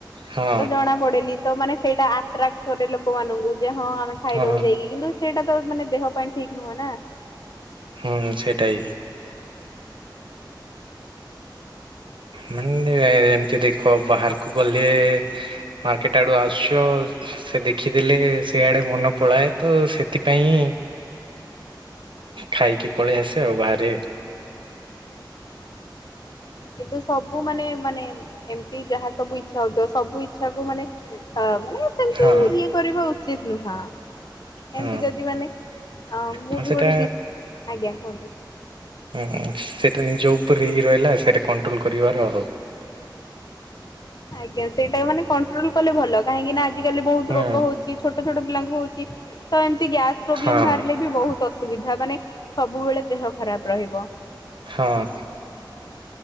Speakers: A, on the right; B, on the left.
A: ହଁ
B: ତ ଜଣା ପଡେନି ତ ମାନେ ସେଇଟା ଆଟ୍ରାକ୍ଟ କରେ ଲୋକମାନଙ୍କୁ। ଯେ ହଁ ଆମେ ଖାଇଦବୁ
A: ହଁ
B: ଯାଇକି କିନ୍ତୁ, ସେଇଟା ତ ମାନେ ଦେହ ପାଇଁ ଠିକ ନୁହଁ ନା।
A: ହୁଁ ସେଟାଇ। ମାନେ ଏମତି ଦେଖ ବାହାରକୁ ଗଲେ, ମାର୍କେଟ ଆଡୁ ଆସୁଛ। ସେ ଦେଖିଦେଲେ ସେଆଡେ ମନ ପଳାଏତ। ସେଥିପାଇଁ ଖାଇକି ପଳେଇ ଆସେ ଆଉ ବାହାରେ
B: କିନ୍ତୁ, ସବୁ ମାନେ ମାନେ ଏମତି ଯାହା ସବୁ ଇଛା ହଉଥିବ ସବୁ ଇଚ୍ଛା କୁ ମାନେ ଅ ମାନେ ସେମିତି
A: ହଁ।
B: ଇଏ କରିବା ଉଚିତ ନୁହଁ।
A: ହଁ
B: ଏମତି ଯଦି ମାନେ ଅ-ମୁବି
A: ହଁ ସେଟା
B: ଗୋଟେ ବିସ୍ ଆଜ୍ଞା କୁହନ୍ତୁ।
A: ହୁଁ ସେଇଟା ନିଜ ଉପରେ ଇଏ ରହିଲା ସେଇଟା କଣ୍ଟ୍ରୋଲ କରିବାର ଆଉ।
B: ଆଜ୍ଞା ସେଇଟା ମାନେ କଣ୍ଟ୍ରୋଲ କଲେ ଭଲ। କାହିଁକି ନା ଆଜିିକାଲି ବହୁତ
A: ହୁଁ
B: ରୋଗ ହଉଛି ଛୋଟ ଛୋଟ ପିଲାଙ୍କୁ ହଉଛି ତ ଏମିତି ଗ୍ୟାସ୍ ପ୍ରୋବ୍ଲେମ
A: ହଁ
B: ବାହାରିଲେ ବି ବହୁତ ଅସୁ ସୁବିଧା ମାନେ ସବୁବେଳେ ଦେହ ଖରାପ ରହିବ।
A: ହଁ!